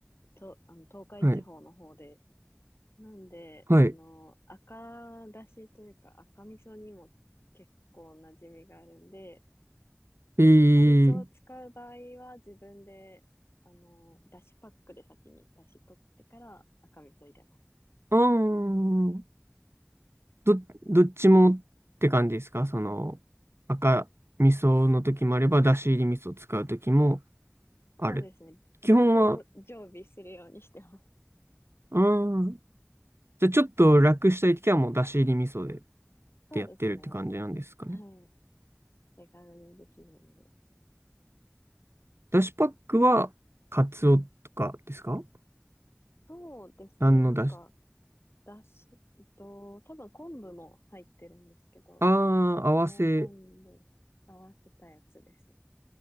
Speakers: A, on the left; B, on the right.
A: と、あの、東海地方の方で、
B: はい、
A: なんで、
B: はい。
A: あの、赤だしというか赤味噌にも結構馴染みがあるんで、
B: えー、
A: 赤味噌を使う場合は自分で、あの、だしパックで先にだし取ってから赤味噌入れます。
B: あー、ど、どっちもって感じですかその、赤味噌の時もあれば、だし入り味噌を使う時もある。
A: そうですね。
B: 基本は、
A: 両方常備するようにしてます。
B: あー、じゃあちょっと楽したい時はもうだし入り味噌でっ
A: <laughs> そうですね。
B: てやってるって感じなんですかね。
A: はい。手軽にできるんで。
B: だしパックは、カツオとかですか
A: そうですね。
B: 何のだし
A: なんか、だし、えっと、多分昆布も入ってるんですけど、
B: ああ、
A: かつお昆布合わせたやつですね。
B: 合わせ。